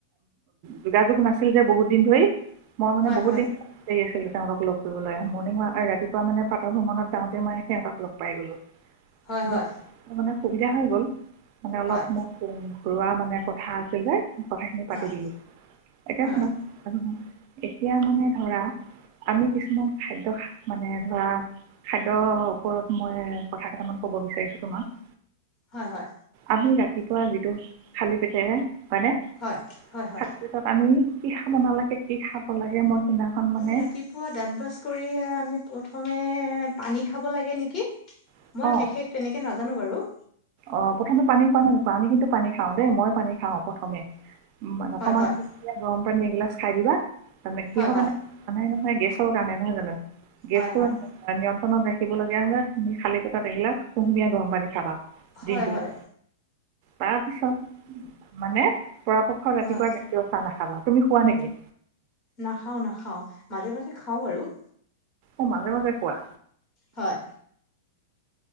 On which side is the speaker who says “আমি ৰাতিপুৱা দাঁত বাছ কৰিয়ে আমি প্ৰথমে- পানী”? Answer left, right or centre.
Left